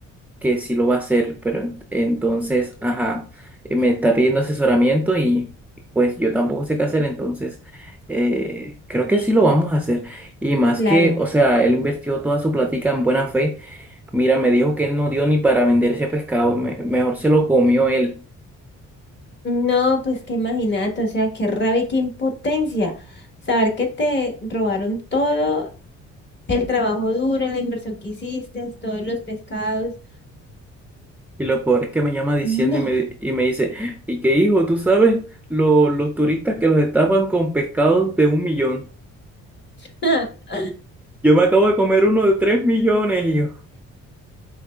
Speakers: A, in the centre; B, on the left.
A: que sí lo va a hacer, pero en- entonces, ajá, eh, me está pidiendo asesoramiento y pues yo tampoco sé qué hacer, entonces eh, creo que sí lo vamos a hacer. Y más
B: Claro.
A: que, o sea, él invirtió toda su plática en buena fe. Mira, me dijo que él no dio ni para vender ese pescado, me- mejor se lo comió él.
B: No, pues que imagínate, o sea, qué rabia y qué impotencia. Saber que te robaron todo, el trabajo duro, la inversión que hiciste, todos los pescados.
A: Y lo peor es que me llama diciendo
B: No.
A: y me, di- y me dice, ¿y qué hijo? ¿Tú sabes lo- los turistas que los estafan con pescados de un millón?
B: <laughs>
A: Yo me acabo de comer uno de tres millones,